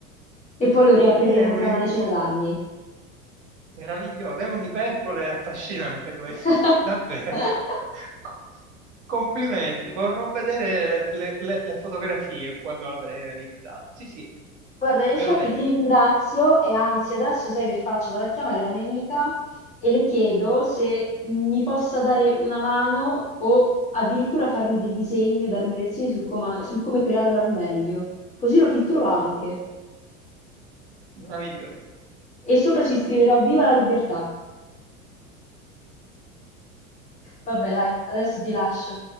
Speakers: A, on the left; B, on the right.
A: e poi lo riapriremo
B: È un...
A: tra una decina d'anni.
B: Meraviglioso, è un'iperbole affascinante questo,
A: <laughs>
B: <laughs> davvero. Co- Complimenti, vorrò vedere le, le le fotografie quando l'avrei realizzato. Sì, sì,
A: Guarda, in effetti
B: me lo devi,
A: ti ringrazio e anzi adesso sai che faccio? Vado a chiamare la mia amica e le chiedo se mi possa dare una mano o addirittura farmi dei disegni o darmi lezioni sul, coma- sul come crearlo al meglio. Così lo pitturo anche.
B: meraviglioso.
A: E sopra ci scriverò Viva la libertà. Vabbè, dai, adesso ti lascio.